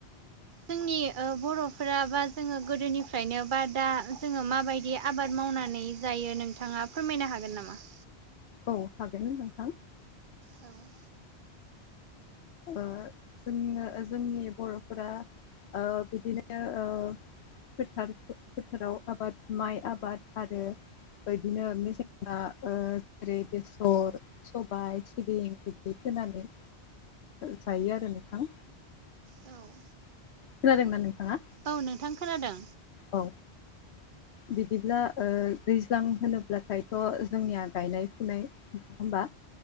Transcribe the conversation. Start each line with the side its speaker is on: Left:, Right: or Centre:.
Right: जोंनि ओ बर' फोरा बा जोङो गोदोनिफ्रायनो बा दा जोङो माबायदि आबाद मावनानै जायो नोंथाङा। फोरमायनो हागोन नामा?
Left: औ हागोन नोंथां।
Right: औ
Left: ओ जो जोंनि बर'फोरा ओ बिदिनो ओ फोथार फोथाराव आबाद माइ आबाद आरो बिदिनो नि जोंना जेरै बेसर सबाय सिबिं बिदि होनानै जायो आरो नोंथां
Right: औ
Left: खोनादों ना नोंथाङा
Right: औ नोंथां खोनादों
Left: औ। बिदिब्ला दैज्लां होनोब्लाथायथ' जोंनिया गायनाय-फुनाय होमबा